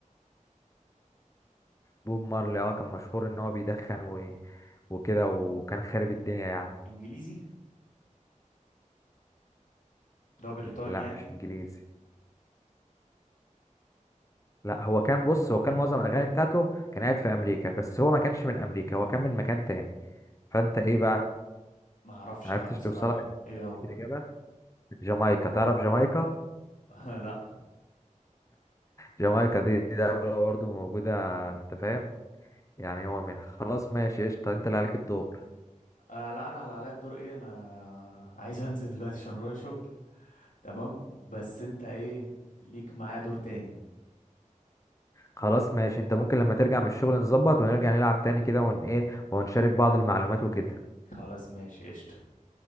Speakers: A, on the left; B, on the left.
A: بوب مارلي اه كان مشهور ان هو بيدخن و... وكده وكان خارب الدنيا يعني
B: انجليزي ده بريطاني
A: لا
B: يعني
A: مش انجليزي لا هو كان بص هو كان معظم الاغاني بتاعته كان قاعد في امريكا بس هو ما كانش من امريكا هو كان من مكان تاني فانت ايه بقى
B: ما اعرفش
A: عرفتش
B: لا بصراحة
A: توصلها
B: ايه هو
A: الاجابه جامايكا تعرف جامايكا
B: <laughs> لا
A: جامايكا دي دي دولة برضه موجودة انت فاهم يعني هو من خلاص ماشي قشطة انت اللي عليك الدور
B: آه لا انا اللي عليا الدور ايه انا عايز انزل دلوقتي عشان ورايا شغل تمام بس انت ايه ليك معايا دور تاني
A: خلاص ماشي انت ممكن لما ترجع من الشغل نظبط ونرجع نلعب تاني كده ون ايه ونشارك بعض المعلومات وكده
B: خلاص ماشي قشطة